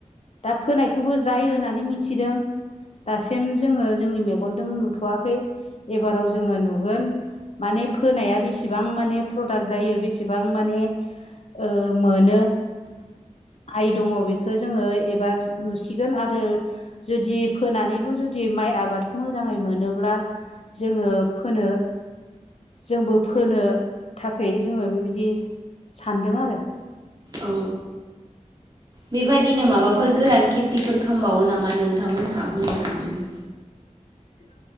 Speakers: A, on the left (about 55°); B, on the right (about 30°).
A: दा फोनायखौबो जायो होननानै मिथिदों दासेम जोङो जोंनि मेगन मेगनदों नुथ'वाखै एबाराव जोङो नुगोन माने फोनाया बेसेबां माने प्र- प्रदाक्ट जायो बेसेबां माने ओ मोनो आइ दङ बेखो जोङो एबार नुसिगोन आरो जुदि फोनानैबो जुदि माइ आबाद मोजाङै मोनोब्ला जोङो फोनो जोंबो फोनो थाखै जोङो बिबायदि सानदों आरो <unintelligible>
B: औ बेबादिनो माबाफोर गोरान खेथिफोर खामबावो नामा नोंथांमोनहा बुंनो हागोना
A: <inaudible>